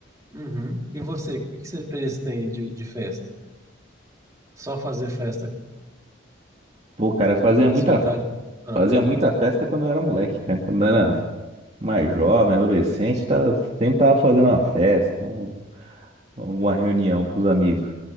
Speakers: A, on the right; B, on the right.
A: Uhum. E você, o que que você pensa tem de, de festa? Só fazer festa
B: Pô, cara, eu fazia
A: na
B: muita,
A: sua idade? Né? Ah,
B: fazia muita festa quando eu era moleque, cara. Quando eu era mais jovem, adolescente, tá, sempre tava fazendo uma festa, um- alguma reunião com os amigos.